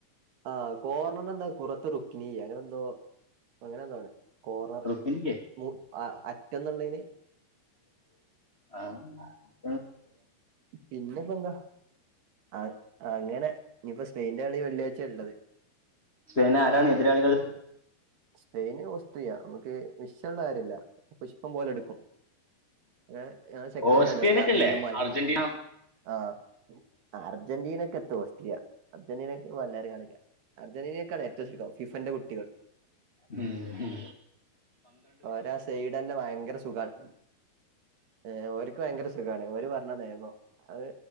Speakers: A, on the right; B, on the left.
A: ആഹ് കോർണറെന്താ കുറത്ത് റുക്കിനിയ അങ്ങനെന്തോ അങ്ങനെന്തോ ആണ് കോർണർ
B: റുക്കിനില്ലേ
A: മു അ അറ്റെന്നുള്ളയ്ന്
B: ആഹ്
A: പിന്നെപ്പെന്താ ആഹ് അങ്ങനെ ഇനിയിപ്പോ സ്പെയിൻന്റെ കളി വെള്ളിയാഴ്ച ള്ളത്
B: സ്പേന ആരാണ് എതിരാളികൾ
A: സ്പെയിന് ഓസ്ട്രിയ നമുക്ക് വിഷള്ള കാര്യല്ല പുഷ്പം പോലെ എടുക്കും എഹ് എഹ് സെക്കൻണ്ടല്ലോ
B: ഓസ്ട്രേലിയറ്റല്ലേ
A: ലാമിയൻമാര്
B: അർജന്റീന
A: ആഹ് അർജന്റീനക്കെത് ഓസ്ട്രിയ അർജന്റീനക്ക് വല്ലരും കാണിക്ക അർജന്റീനക്കാണ് ഏറ്റവും സുഖും ഫിഫന്റെ കുട്ടികൾ
B: ഉം
A: ഒരാ സൈഡന്നെ ഭയങ്കര സുഖാണ് എഹ് ഓര്ക്ക് ഭയങ്കര സുഗാണ്. ഓല് പർ ണ നെയമ്മം അത്.